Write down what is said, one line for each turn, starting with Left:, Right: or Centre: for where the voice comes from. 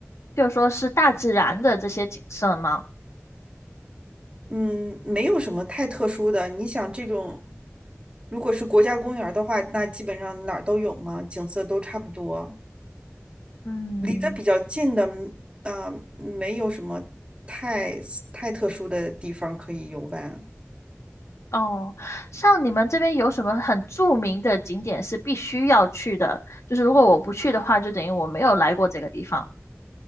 Left: 譬如说是大自然的这些景色吗？
Right: 嗯，没有什么太特殊的。你想这种，如果是国家公园儿的话，那基本上哪儿都有嘛，景色都差不多。
Left: 嗯。
Right: 离得比较近的，啊、没有什么太太特殊的地方可以游玩。
Left: 哦，像你们这边有什么很著名的景点是必须要去的？就是如果我不去的话，就等于我没有来过这个地方。